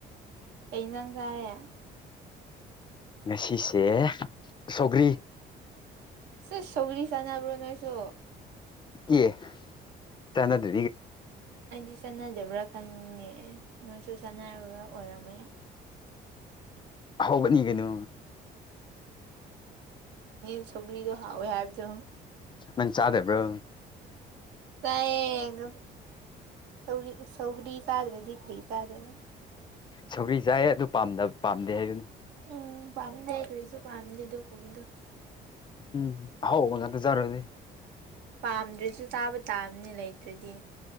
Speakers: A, on the right; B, on the left.
A: ꯀꯩ ꯉꯥꯡ ꯀꯥꯔꯦ
B: ꯉꯁꯤꯁꯦ ꯁꯧꯒ꯭ꯔꯤ
A: ꯁꯤ ꯁꯧꯔꯤꯁ ꯆꯕ꯭ꯔꯣ ꯅꯣꯏ ꯆꯣ
B: ꯌꯦꯦ ꯆꯅ ꯑꯗꯨ
A: ꯑꯩꯗꯤ ꯆꯥꯟꯅꯗꯕ꯭ꯔꯥ ꯈꯟꯅꯤꯅꯦ ꯅꯣꯏꯁꯨ ꯆꯥꯟꯅꯕ ꯑꯣꯏꯔꯝꯃꯦ
B: ꯍꯕꯅꯤꯒꯦꯅ
A: ꯁꯒꯔꯤꯗꯣ ꯍꯥꯎꯋꯏ ꯍꯥꯏꯕꯗ
B: ꯅꯪ ꯆꯥꯗꯦꯕ꯭ꯔꯣ
A: ꯇꯒ ꯁꯧ ꯁꯧꯒꯔꯤ ꯁꯥꯥꯖꯔꯦ ꯗꯀꯔꯤ ꯁꯥꯥꯗꯦ
B: ꯁꯧꯔꯤ ꯆꯥꯏ ꯑꯗꯨ ꯄꯥꯝꯗꯦ ꯍꯥꯏꯕꯅꯤ
A: ꯎꯝ ꯄꯝꯗꯈꯁꯨ ꯄꯝꯗꯗꯨ ꯀꯃꯗ
B: ꯎꯝ ꯍꯥꯎ ꯃꯗ ꯆꯔꯗꯤ
A: ꯄꯥꯝꯗ꯭ꯔꯁꯨ ꯆꯥꯕ ꯇꯥꯕꯅꯤ ꯂꯩꯇ꯭ꯔꯗꯤ